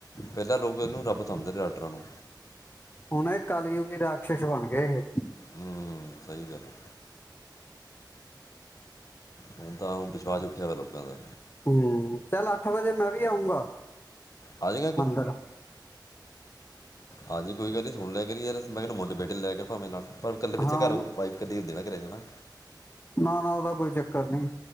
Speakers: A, on the left; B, on the left.
A: ਪਹਿਲਾਂ ਲੋਕ ਇਹਨੂੰ ਰੱਬ ਸਮਜਦੇ ਨੇ ਡਾਕਟਰਾਂ ਨੂੰ
B: ਹੁਣ ਇਹ ਕਾਲਯੁਗੀ ਰਾਕਸ਼ਸ਼ ਬਣ ਗਏ ਇਹ
A: ਹਮ ਸਹੀ ਗੱਲ ਹੈ। ਹੁਣ ਤਾਂ ਵਿਸ਼ਵਾਸ ਉੱਠਿਆ ਵਾ ਲੋਕਾਂ ਦਾ
B: ਹਮ ਚੱਲ ਅੱਠ ਵਜੇ ਮੈਂ ਵੀ ਆਊਂਗਾ
A: ਆ ਜਾਏਗਾ
B: ਮੰਦਿਰ
A: ਹਾਂਜੀ ਕੋਈ ਗੱਲ ਨੀ ਸੁਣ ਲੈ ਕਰ ਯਾਰ ਮੈਂ ਕਿਹਾ ਮੁੰਡੇ ਬੇਟੇ ਲੈ ਕਰ ਭਾਵੇਂ ਨਾਲ ਪਰ ਇਕੱਲੇ ਪਿੱਛੇ
B: ਹਾਂ
A: ਘਰਾਈ ਕਦੀ ਇਦੇ ਨਾ ਕਰੇਗਾ ਨਾ।
B: ਨਾ, ਨਾ ਉਹਦਾ ਕੋਈ ਚੱਕਰ ਨਹੀਂ